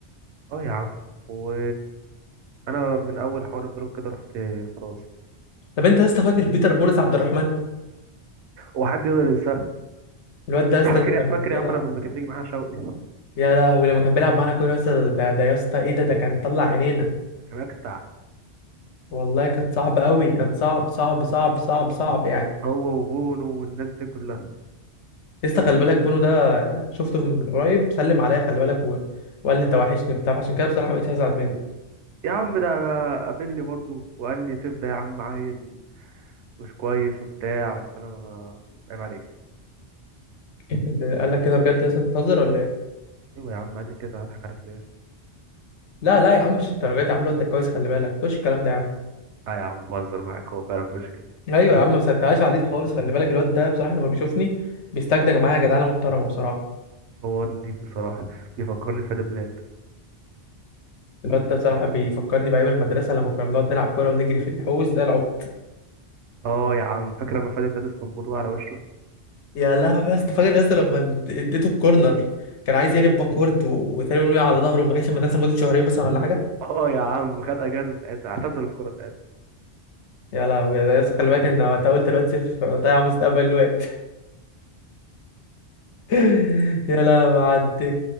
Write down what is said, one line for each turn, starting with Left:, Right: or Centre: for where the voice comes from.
Right: اه يا عم و انا من اول حوار البلوك ده رحت خلاص
Left: طب انت يا اسطى فاكر بيتر بولس عبد الرحمن
Right: هو حد يقدر ينساه
Left: الواد ده يا اسطى
Right: فاكر
Left: لما
Right: يا
Left: كان
Right: فاكر
Left: بيلعب
Right: يا عم لما كان بيجي معانا شوقي
Left: يا لهوي لما كان بيلعب معانا كوره يا اسطى ده ده يا اسطى ايه ده ده كان طلع عينينا
Right: كان اكتع
Left: والله كانت صعبه قوي كان صعب صعب صعب صعب صعب يعني
Right: هو وبونو والناس دي كلها
Left: يا اسطى خلي بالك بونو ده شفته من قريب سلم عليا خلي بالك و... وقال لي انت وحشني وبتاع فعشان كده بصراحه بقيت هزعل منه
Right: يا عم ده أنا قابلني برضو وقال لي سيف ده يا عم عيل مش كويس وبتاع بس انا عيب عليك يعني.
Left: <laughs> انت قال لك كده بجد يا اسطى انت بتهزر ولا ايه
Right: ايوه يا عم قال لي كده هضحك عليك ليه
Left: لا لا يا عم مش الدرجات يا عم الواد ده كويس خلي بالك مش الكلام ده يا عم
Right: اه يا عم بهزر معاك هو فعلا مش كده
Left: ايوه يا عم ما صدقهاش عليه خالص خلي بالك الواد ده بصراحه لما بيشوفني بيستجدج معايا جدعانه محترمه بصراحه
Right: هو نضيف بصراحه بيفكرني بفادي بلاد
Left: الواد ده بصراحه بيفكرني بايام المدرسه لما كنا بنقعد نلعب كوره ونجري في الحوش زي العبط
Right: اه يا عم فاكر لما فادي بلاد اسطنبول وقع على وشه
Left: يا لهوي يا اسطى فاكر يا اسطى لما اد- اديته الكورنر كان عايز يقلب باكورد و- وتقريبا وقع على ظهره وما جاش المدرسه مده شهرين مثلا ولا حاجه
Right: <laughs> اه يا عم خد اجازه ساعتها اعتزل الكوره ساعتها
Left: يا لهوي يا اسطى خلي بالك ان وقتها قلت الواد سيف ضيع مستقبل الواد <laughs> يا لهوي عدي